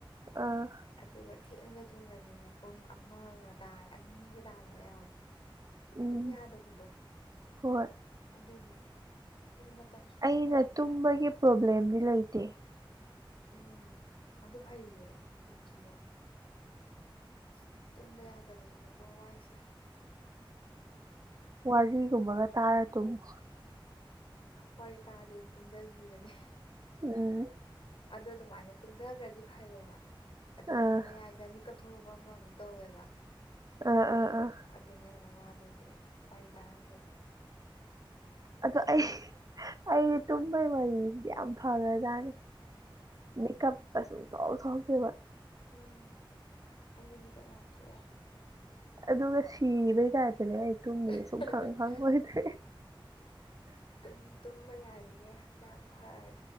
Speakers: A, on the right (about 40°); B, on the left (about 80°).
A: ꯑꯥ
B: ꯑꯗꯨꯒ ꯊꯦꯛꯅꯒ ꯇꯨꯝꯃꯗꯤꯅꯦ ꯄꯨꯡ ꯑꯃꯒ ꯇꯥꯔ ꯑꯅꯤꯒ ꯇꯥꯕꯒ ꯌꯥꯎꯋꯦ
A: ꯎꯝ
B: ꯇꯨꯝ ꯌꯥꯗꯕꯗꯣ
A: ꯍꯣꯏ
B: ꯑꯗꯨꯒꯤ ꯑꯗꯨꯅ ꯃꯇꯝ ꯁꯨꯡꯅꯥꯏ
A: ꯑꯩꯅ
B: ꯅꯥꯏꯗꯦ
A: ꯇꯨꯝꯕꯒꯤ
B: ꯍꯟꯗꯛꯇꯣ <unintelligible>
A: ꯄ꯭ꯔꯣꯕ꯭ꯂꯦꯝꯗꯤ ꯂꯩꯇꯦ
B: ꯎꯝ ꯑꯗꯨ ꯐꯩꯌꯦ ꯂꯩꯇ꯭ꯔꯤꯗꯣ ꯑꯁ ꯇꯨꯝꯕ ꯌꯥꯗꯕꯁꯤꯅꯦꯀꯣ ꯋꯥꯏꯁꯦ
A: ꯋꯥꯔꯤꯒꯨꯝꯕꯒ ꯇꯥꯔ ꯇꯨꯃꯨ
B: ꯋꯥꯔꯤ ꯇꯥꯔꯗꯤ ꯑꯗꯨꯝ ꯇꯨꯝꯊꯈꯤꯕꯅꯦ
A: ꯎꯝ
B: ꯑꯗꯣ ꯑꯗꯨꯃꯥꯏꯅ ꯇꯨꯝꯊꯈ꯭ꯔꯗꯤ ꯐꯔꯦꯕ ꯑꯗꯨꯒ
A: ꯑꯥ
B: ꯃꯌꯥꯏꯗ ꯃꯤꯀꯞ ꯊꯣꯛꯂꯛꯄ ꯑꯃꯃꯨꯛ ꯇꯧꯋꯦꯕ
A: ꯑꯥ ꯑꯥ ꯑꯥ
B: ꯑꯗꯨꯅꯦ ꯑꯃꯨꯛ ꯋꯥꯗꯣꯏꯁꯦ ꯑꯩ ꯋꯥꯔꯤ ꯇꯥꯔꯝꯕꯗꯣ
A: ꯑꯗꯣ ꯑꯩ ꯑꯩꯒꯤ ꯇꯨꯝꯕꯒꯤ ꯃꯔꯤꯁꯤꯗꯤ ꯌꯥꯝ ꯐꯈ꯭ꯔꯖꯥꯠꯅꯤ ꯃꯤꯀꯞꯀ ꯁꯨꯡꯊꯣꯛ ꯊꯣꯛꯇꯦꯕ
B: ꯎꯝ ꯑꯩꯗꯤ ꯃꯤꯀꯞ ꯌꯥꯝ ꯊꯣꯛꯑꯦ
A: ꯑꯗꯨꯒ
B: <unintelligible>
A: ꯁꯤꯕꯩ ꯇꯥꯏꯞꯇꯅꯦ ꯑꯩ ꯇꯨꯝꯃꯤꯁꯦ ꯁꯨꯡꯈꯪ ꯈꯪꯉꯣꯏꯗ꯭ꯔꯤ
B: ꯇꯨꯝ ꯇꯨꯝꯕ ꯌꯥꯔꯤꯒꯩ ꯍꯛꯆꯥꯡ ꯐꯔꯦ